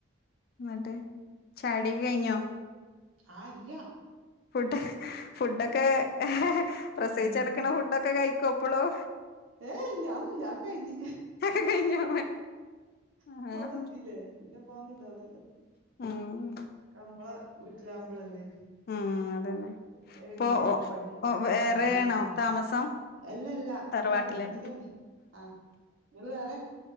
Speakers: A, on the left; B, on the right.
A: ന്നിട്ട് ചായോടിക്കോ കഴിഞ്ഞോ
B: ആ ഇല്ല്യാ
A: ഫുഡ് ഹ്‌ ഫുഡൊക്കെ ഹെ ഹേ പ്രസവിച്ചെടുക്കണ
B: ഉം
A: ഫുഡൊക്കെ കഴിക്കോ പ്പളും
B: ഏഹ് ഇല്ല്യ അഒന്നും ഇല്ല്യ ആക്കെയ്ഞ്
A: ഒക്കെ കഴിഞ്ഞോ ആഹ്
B: ഇപ്പവടെത്തില്ലേ ഇഞ്പ്പോഅഒന്നുണ്ടാവൂല്ലലോ
A: ആഹ്
B: ക മ്മളെ വീട്ടിലാവുമ്പളല്ലേ
A: ഉം അതന്നെ
B: എത്യാ പിന്നെ
A: ഇപ്പൊ ഓ
B: പണി
A: ഓ വേറെയാണോ
B: കാര്യങ്ങളൊക്കെ
A: താമസം
B: എല്ലല്ലാ
A: തറവാട്ടിലെന്നെ
B: എല്ലാ കൂട്ടത്തിലന്നെ ആഹ് ഇങ്ങള് വേറേ